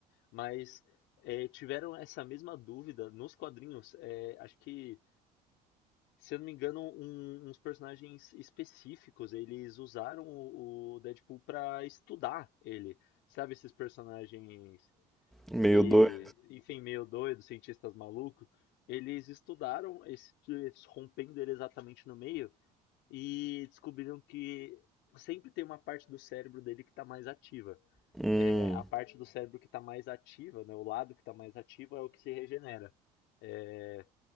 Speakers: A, on the left; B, in the centre.
A: Mas é, tiveram essa mesma dúvida nos quadrinhos. é, acho que Se eu não me engano, um- uns personagens específicos, eles usaram o, o Deadpool pra estudar ele. Sabe esses personagens
B: meio
A: que,
B: doido.
A: enfim, meio doidos, cientistas malucos? Eles estudaram esse, eles rompendo ele exatamente no meio e descobriram que sempre tem uma parte do cérebro dele que tá mais ativa.
B: Hum,
A: É, a parte do cérebro que tá mais ativa, né, o lado que tá mais ativo é o que se regenera. É,